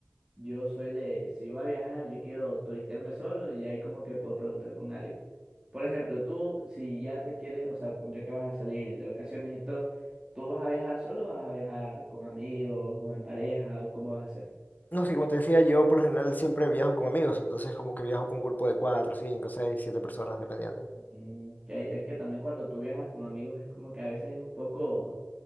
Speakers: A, on the right; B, on the left.
A: yo soy de, si voy a viajar, yo quiero turistearme solo y ahí como que puedo preguntar con alguien. Por ejemplo, tú, si ya te quieres, o sea, ya que vas a salir de vacaciones y todo, ¿tú vas a viajar solo o vas a viajar con amigos o en pareja o cómo vas a hacer?
B: No sé, como te decía, yo por lo general siempre viajo con amigos, entonces como que viajo con un grupo de cuatro, cinco, seis, siete personas, dependiendo.
A: Mm, que hay- es que también cuando tú viajas con amigos es como que a veces es un poco